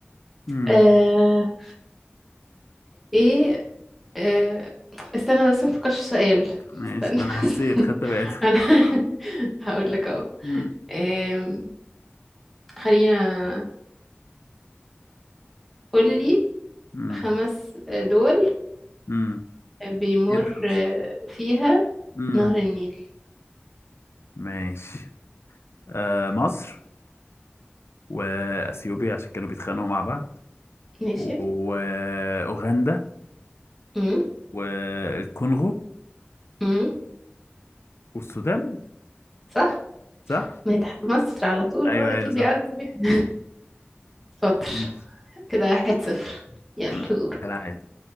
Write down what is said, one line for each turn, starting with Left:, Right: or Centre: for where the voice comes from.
Left: امم
Centre: آه... ايه آه... استنى أنا لسه مفكرش في سؤال
Left: ماشي
Centre: استنى
Left: ما انا حسيت خدت بالي
Centre: <laughs> انا <laughs> هقول لك اهو
Left: امم
Centre: آم، خلينا قولي
Left: امم
Centre: خمس دول
Left: امم
Centre: بيمر
Left: كتير خمسة
Centre: فيها
Left: امم
Centre: نهر النيل
Left: ماشي آه مصر واثيوبيا عشان كانوا بيتخانقوا مع بعض
Centre: ماشي
Left: واوغندا
Centre: امم
Left: والكونغو
Centre: امم
Left: والسودان
Centre: صح
Left: صح
Centre: ما هي تحت مصر على طول
Left: ايوه
Centre: اه اكيد
Left: ايوه صح
Centre: بيعدي بيها
Left: <laughs>
Centre: شاطر كده واحد صفر يلا
Left: مم.
Centre: دورك
Left: كالعادة